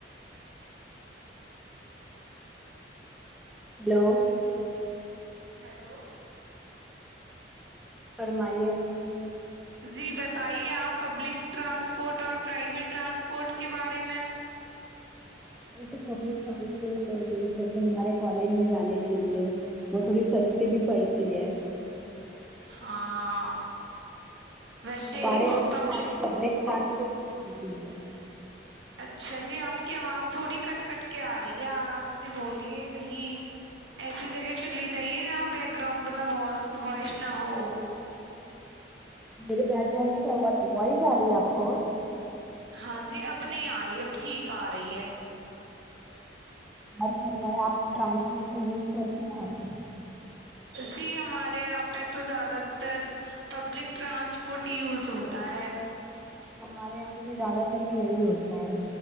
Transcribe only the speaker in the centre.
ہلو
فرمائیے
ہم تو پبلک ٹرانسپورٹ یوز کرتے ہمارے کالج میں جانے کے لیے وہ تھوڑی سسی بھی پڑتی ہے
ہمارے یہاں پر
ساری خبریں رانسپورٹ ہی س ہے <unintelligible>
میرے بیک گراؤنڈ سے وائز آ رہی ہے آپ کو
ہر فرما آپ ٹرانسپورٹ کا یوز کرتے ہیں وہ پ
ہمارے یہاں پہ بھی زیادہ تر کہ یہی ہوتا ہے